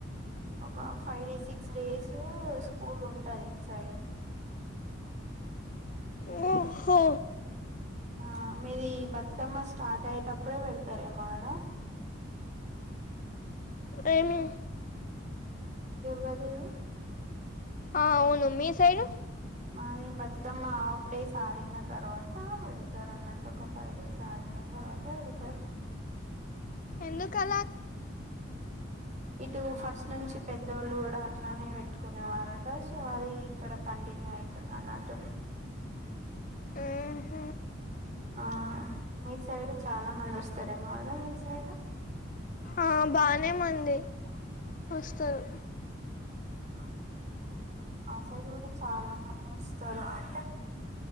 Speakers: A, on the right; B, on the left.
A: ఒక five days six days school ఉంటది. సైడ్కి
B: హ్ హో
A: ఆ మీది ఈ బతుకమ్మ స్టార్ట్ అయ్యేటప్పుడే పెడతారేమో కదా
B: ఏమి
A: దుర్గాదేవి
B: ఆ అవును మీ సైడు
A: మది బతుకమ్మ ఆఫ్ డేస్ ఆడిన తర్వాత పెడతారు. అన్నట్టు ఒక ఫైవ్ డేస్ ఆడిన తర్వాత పెడతారు.
B: ఎందుకు అలగా
A: ఇటు ఫస్ట్ నుంచి పెద్దోళ్ళు కూడా అట్లానే పెట్టుకునేవారట సో అది ఇక్కడ కంట్ టిన్యూ అయితంది. అన్నట్టు
B: ఉహ్
A: ఆ మీ సైడ్ చాలా మంది వోస్తారేమో కదా మీ సైడ్
B: ఆ బానే మంది వోస్తారు.
A: ఆ మా సైడ్ కూడా చాలా మంది వస్తారు. అంటే మేము